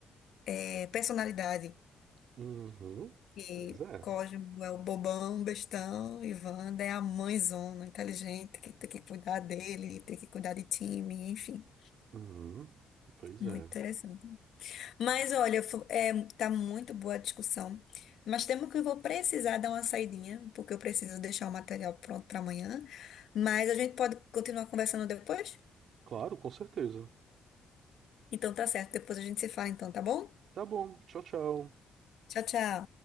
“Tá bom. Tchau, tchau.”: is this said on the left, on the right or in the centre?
Right